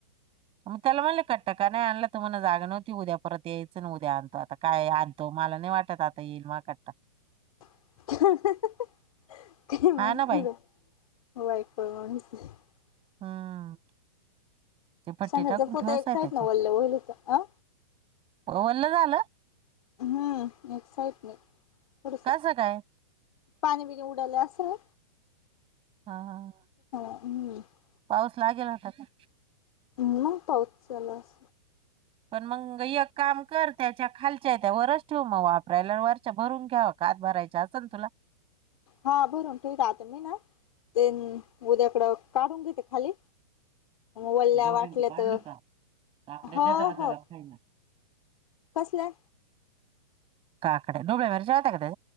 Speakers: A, on the right (about 25°); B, on the left (about 60°).
A: मग त्याला म्हणले कट्ट का नाही आणला तर मला जागा नव्हती उद्या परत यायचं ना उद्या आणतो आता काय आणतो मला नाही वाटत आता येईल मा कट्टा
B: <unintelligible>
A: हा
B: <unintelligible>
A: ना बाई हम्म ते पट्टी
B: शेंगा
A: टाकून
B: जपवता
A: ठेवचय
B: एक साईड
A: त्याच्या
B: ना वल्ल होईल होत अ
A: वल्ल झालं
B: हम्म एक्सईट नाही थोडंसं
A: कसं काय
B: पाणी बिणी उडालं असं
A: हा हं हं
B: हम्म
A: पाऊस लागेल आता का
B: म पाऊस चालू अस
A: पण मग एक काम कर त्याच्या खालच्या त्या वरच ठेव मग वापरायला वरच्या भरून घ्यावा, कात भरायच्या असं तुला
B: हा भरून ठेवीन राहात नाही ना ते उद्याकडं काढून घेते खाली वल्ल्या
A: डोबळीन
B: वाटल्या
A: ते काढल
B: तर
A: का काकड्याद्या
B: हो
A: दादाला
B: हो
A: खायला
B: कसल्या
A: काकड्या डोळे वर <unintelligible> का त्याच्या